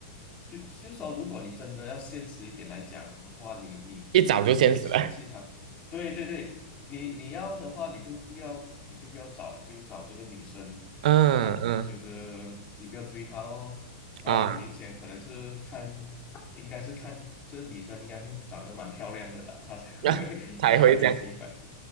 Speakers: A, on the left; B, on the right.
A: 就就是说，如果你真的要现实一点来讲的话，你你你你去嫌弃他，
B: 一早就先死了。
A: 对对对，你你要的话，你就不要，你就不要找，就找这个女生，
B: 嗯嗯
A: 她就是你不要追她咯。然后很明显，
B: 啊，
A: 可能是看，应该是看这个女生应该是长得蛮漂亮的啦，她才会
B: 那才会这样。
A: <laughs> 她才会喜欢。